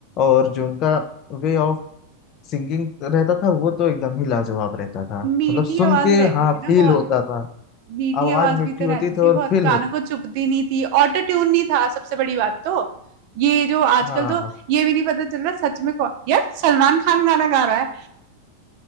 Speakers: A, on the left (about 35°); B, on the right (about 45°).
A: और जो उनका वे ऑफ सिंगिंग रहता था वो तो एकदम ही लाजवाब रहता था
B: मीठी
A: मतलब सुन
B: आवाज
A: के
B: रहती
A: हाँ
B: थी ना
A: फील
B: बहुत
A: होता था
B: मीठी
A: आवाज
B: आवाज
A: मीठी
B: भी तो
A: होती
B: रहती
A: थी
B: थी
A: और
B: बहुत
A: फील
B: कानों
A: होता
B: को चुभती नहीं थी ऑटो ट्यून नहीं था सबसे बड़ी बात तो ये जो आजकल
A: हाँ
B: तो ये भी नहीं पता चल रहा सच में कौन यार सलमान खान गाना गा रहा है